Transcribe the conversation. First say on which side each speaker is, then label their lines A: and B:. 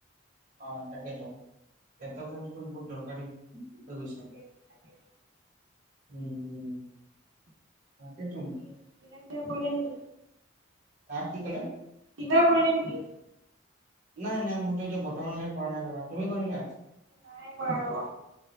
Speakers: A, on the right; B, on the right.
A: হয় তাকেতো লেপটপতো বহুত দৰকাৰী। হৈ গৈছে
B: তাকে তাকেতো
A: উম-উম তাকেটো।
B: বাকী ডিনাৰ চিনাৰ কৰিলে নেকি
A: অহ কি ক'লে?
B: ডিনাৰ কৰিলে নেকি?
A: নাই-নাই মইতো এতিয়া বৰ্তমানলৈ কৰা নাই ৰবা তুমি কৰিলা।
B: নাই কৰা ৰব।